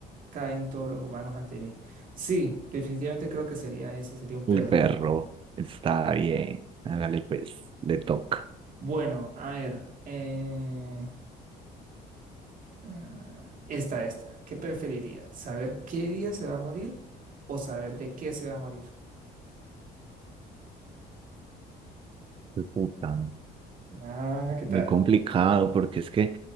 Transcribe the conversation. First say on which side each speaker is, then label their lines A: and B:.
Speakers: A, on the right; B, on the right.
A: caen todos los humanos ante mí. Sí, definitivamente creo que sería ese, sería un perro.
B: El perro está bien. Hágale pues, le toca.
A: Bueno, a ver, eh, ah, esta, esta, ¿qué preferiría? ¿Saber qué día se va a morir o saber de qué se va a morir?
B: Puta.
A: Ah, ¿qué tal?
B: Muy complicado porque es que,